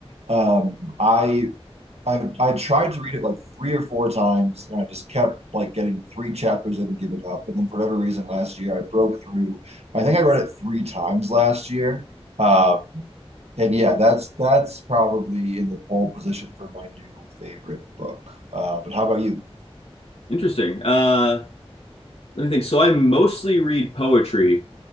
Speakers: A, on the right; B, on the left.
A: Um, I, I I tried to read it like three or four times, and I just kept like getting three chapters in and giving up. And then for whatever reason, last year I broke through. I think I read it three times last year. Um, and yeah, that's that's probably in the pole position for my new favorite book. Uh, but how about you?
B: Interesting. Uh, let me think. So, I mostly read poetry,